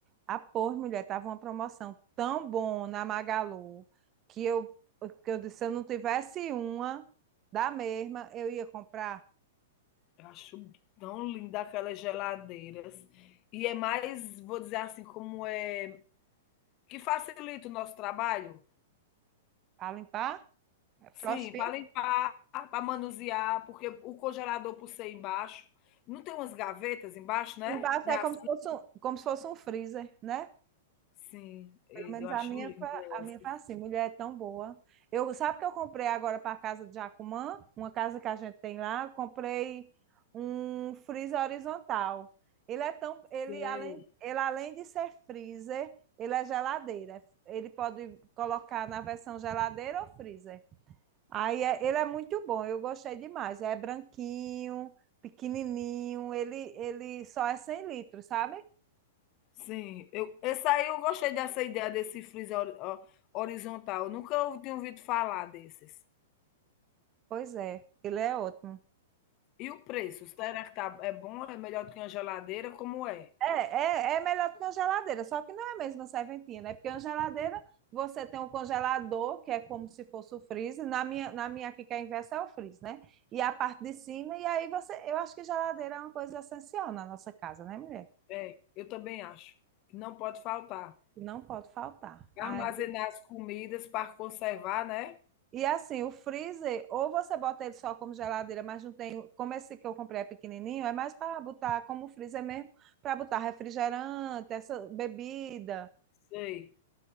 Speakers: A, on the right (about 25°); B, on the left (about 35°).
A: A pôr, mulher, tava uma promoção tão bom na Magalu que eu, que eu disse, se eu não tivesse uma da mesma, eu ia comprar
B: Eu acho tão linda aquelas geladeiras. E é mais, vou dizer assim, como é. que facilita o nosso trabalho.
A: para limpar, é Frostfix.
B: Sim, para limpar, para manusear, porque o congelador, por ser embaixo, não tem umas gavetas embaixo, né?
A: Embaixo
B: Né
A: é
B: assim?
A: como se fosse um, como se fosse um freezer, né?
B: Sim, e
A: Pelo menos
B: eu acho
A: a minha,
B: linda
A: foi- a minha
B: essa.
A: foi assim, mulher é tão boa. Eu, sabe que eu comprei agora para a casa de Jacumã, uma casa que a gente tem lá, eu comprei um freezer horizontal. Ele é tão, ele
B: Sei.
A: além, ele além de ser freezer, ele é geladeira. Ele pode colocar na versão geladeira ou freezer. Aí é- ele é muito bom, eu gostei demais. É branquinho, pequenininho, ele, ele só é 100 litros, sabe?
B: Sim, eu, essa aí eu gostei dessa ideia desse freezer hori- ho- horizontal. Eu nunca tinha ouvido falar desses.
A: Pois é, ele é ótimo.
B: E o preço, será que tá é bom, é melhor do que uma geladeira, como é?
A: É, é, é melhor do que uma geladeira, só que não é mesmo a mesma serventina, é porque uma geladeira você tem um congelador, que é como se fosse o freezer, na minha, na minha aqui que é inversa é o freezer, né? E a parte de cima, e aí você, eu acho que geladeira é uma coisa essencial na nossa casa, né, mulher?
B: É, eu também acho, que não pode faltar.
A: E Não pode faltar. Aí,
B: Armazenar as comidas para conservar, né?
A: e assim, o freezer, ou você bota ele só como geladeira, mas não tem, como esse que eu comprei é pequenininho, é mais para botar como freezer mesmo, para botar refrigerante, essa bebida,
B: Sei,